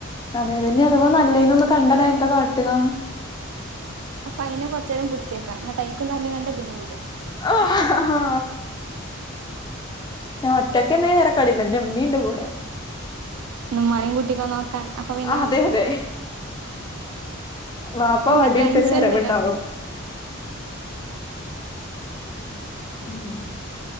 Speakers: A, on the left; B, on the right.
A: അതെ നി അഥവാ നല്ലേ നൊന്ന് കണ്ട ഞാനെന്താ കാട്ടാ
B: അപ്പൊ അതിനെ കൊറച്ചേരം പിടിച്ചേക്കാം ഇന്നട്ട് അയിക്കും നല്ല കണ്ടതിന് വിടാ
A: ആഹ്
B: ഓക്കെ
A: ഞാൻ ഒറ്റക്കന്ത വേറെ കളിം ഇൻ്റെമ്മിണ്ട് കൂടെ
B: ഇന്നമ്മാനിം കുട്ടിക്കോ നോക്കാൻ അപ്പൊ പിന്നെ
A: ആഹ് അതെ തെ വാപ്പാ
B: പിന്നെ
A: വടിട്ത്തൊരു
B: ടെൻഷൻല്ലല്ലോ
A: വരവ്ണ്ടാവും ഉം